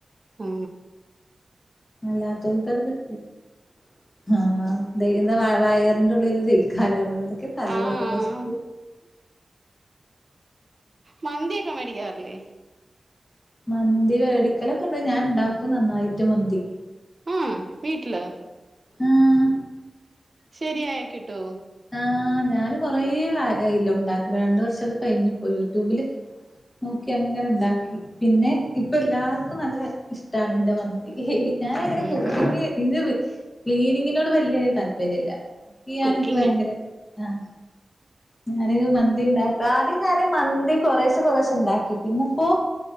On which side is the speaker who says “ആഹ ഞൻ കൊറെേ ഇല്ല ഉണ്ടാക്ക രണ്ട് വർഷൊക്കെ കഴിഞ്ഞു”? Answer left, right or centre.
Left